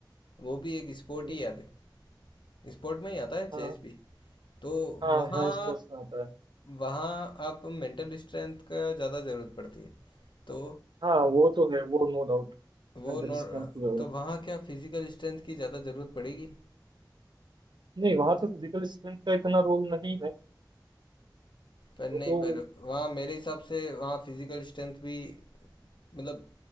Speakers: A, on the left; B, on the right.
A: वो भी एक स्पोर्ट
B: हम्म,
A: ही आते स्पोर्ट में ही आता है चेस
B: हाँ
A: भी तो
B: हाँ
A: वहाँ
B: हाँ स्पोर्ट्स में आता है
A: वहाँ आप मेंटल स्ट्रेंथ का ज़्यादा ज़रूरत पड़ती है तो
B: हाँ वो तो है वो नो डाउट
A: वो
B: मेंटल
A: नो
B: स्ट्रेंथ की जरूरत
A: तो वहाँ
B: है
A: क्या फिजिकल स्ट्रेंथ की ज़्यादा ज़रूरत पड़ेगी
B: नहीं वहां तो फिजिकल स्ट्रेंथ का इतना रोल नहीं है
A: पर नहीं
B: वो तो
A: पर वहाँ मेरे हिसाब से वहाँ फिजिकल स्ट्रेंथ भी मतलब